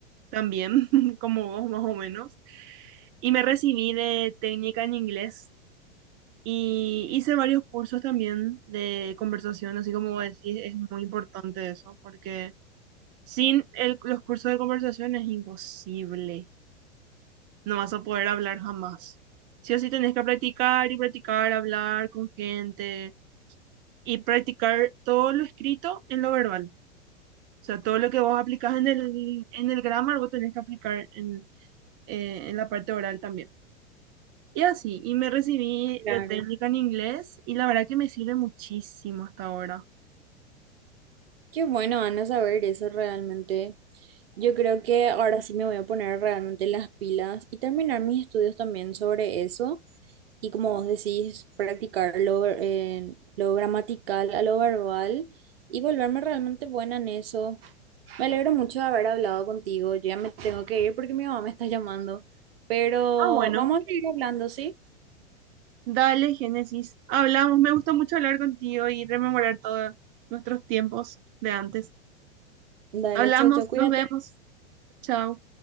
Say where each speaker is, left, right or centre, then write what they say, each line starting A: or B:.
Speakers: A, on the right; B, on the right.
A: también, <laughs> como vos más o menos. Y me recibí de técnica en inglés. Y hice varios cursos también de conversación, así como vos decís, es muy importante eso, porque Sin el- los cursos de conversación es imposible. No vas a poder hablar jamás. Sí o sí tenés que practicar y practicar, hablar con gente y practicar todo lo escrito en lo verbal. O sea, todo lo que vos aplicás en el, en el grammar, vos tenés que aplicar en, eh, en la parte oral también. Y así, y me recibí
B: Claro.
A: de técnica en inglés y la verdad que me sirve muchísimo hasta ahora.
B: Qué bueno, Ana, saber eso realmente. Yo creo que ahora sí me voy a poner realmente las pilas y terminar mis estudios también sobre eso. Y como vos decís, practicar lo, eh, lo gramatical a lo verbal y volverme realmente buena en eso. Me alegro mucho de haber hablado contigo. Yo ya me tengo que ir porque mi mamá me está llamando. Pero
A: Ah, bueno.
B: vamos a seguir hablando, ¿sí?
A: Dale, Génesis. Hablamos. Me gusta mucho hablar contigo y rememorar todos nuestros tiempos de antes.
B: Dale,
A: Hablamos,
B: chao, chao, cuídate.
A: nos vemos. Chao.